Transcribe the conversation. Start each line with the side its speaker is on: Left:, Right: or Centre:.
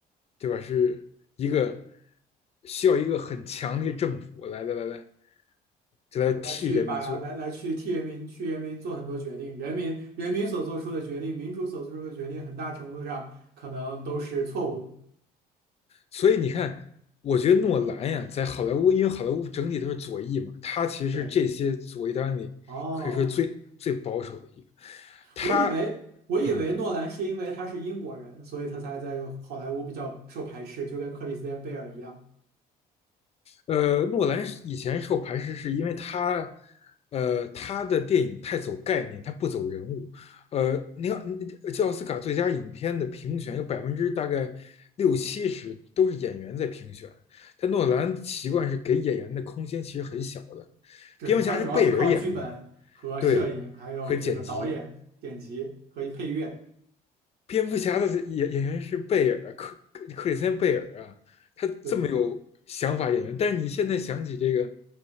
Left: 对吧？是一个需要一个很强的一个政府来来来来，就来替人民做。
Right: 来去把来来去替人民去人民做很多决定，人民人民所做出的决定，民主所做出的决定，很大程度上可能都是错误的。
Left: 所以你看，我觉得诺兰呀，在好莱坞，因为好莱坞整体都是左翼嘛，他其实是这些左翼当演里可以说最最保守的一个，
Right: 对，哦，
Left: 他。
Right: 我以为我以为诺兰是因为他是英国人，
Left: 嗯，
Right: 所以他才在好莱坞比较受排斥，就跟克里斯汀贝尔一样。
Left: 呃，诺兰是以前受排斥，是因为他，呃，他的电影太走概念，他不走人物。呃，你个嗯奥斯卡最佳影片的评选有百分之大概六七十都是演员在评选，但诺兰习惯是给演员的空间其实很小的。
Right: 对它主要是靠剧本和摄影，
Left: 蝙蝠侠是贝尔演的，对，
Right: 还有这个导演、
Left: 和剪辑，
Right: 剪辑和配乐。
Left: 蝙蝠侠的演演员是贝尔克克里斯汀贝尔啊，他这么有想法演员，
Right: 对，
Left: 但是你现在想起这个